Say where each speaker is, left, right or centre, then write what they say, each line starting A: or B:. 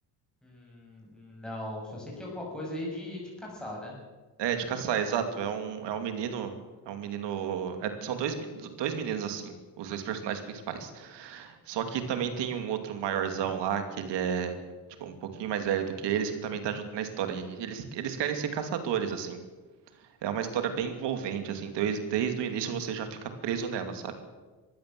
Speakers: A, in the centre; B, on the right.
A: Hum, não, só sei que é alguma coisa aí de, de caçar, né?
B: É de caçar, exato. É um, é um menino. É um menino. é- são dois, me- dois meninos, assim, os dois personagens principais. Só que também tem um outro maiorzão lá, que ele é, tipo, um pouquinho mais velho do que eles, que também tá junto na história. E Eles, eles querem ser caçadores, assim. É uma história bem envolvente, assim. Desde, desde o início você já fica preso nela, sabe?